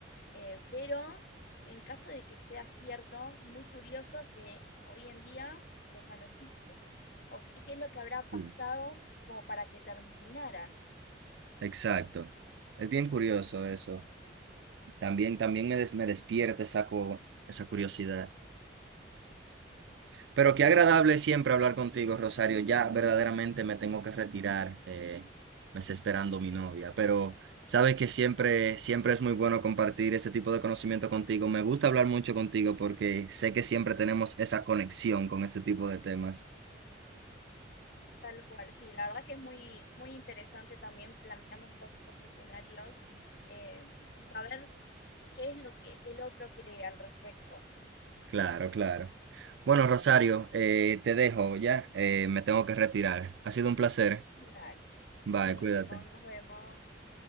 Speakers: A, on the left; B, on the right.
A: eh, pero en caso de que sea cierto, muy curioso que hoy en día eso ya no existe. ¿O qué, qué es lo que habrá pasado
B: Sí.
A: como para que terminara?
B: Exacto. Es bien curioso eso. También, también me, des- me despierta esa, co- esa curiosidad. Pero qué agradable siempre hablar contigo, Rosario. Ya verdaderamente me tengo que retirar. eh, me está esperando mi novia, pero sabes que siempre, siempre es muy bueno compartir ese tipo de conocimiento contigo. Me gusta hablar mucho contigo porque sé que siempre tenemos esa conexión con este tipo de temas.
A: Tal cual, sí, la verdad que es muy, muy interesante también plantearnos todos estos escenarios eh, y saber qué es lo que el otro cree al respecto.
B: Claro, claro. Bueno, Rosario, eh, te dejo ya. eh, me tengo que retirar. Ha sido un placer.
A: Dale.
B: Bye,
A: Buenísimo,
B: cuídate.
A: nos vemos.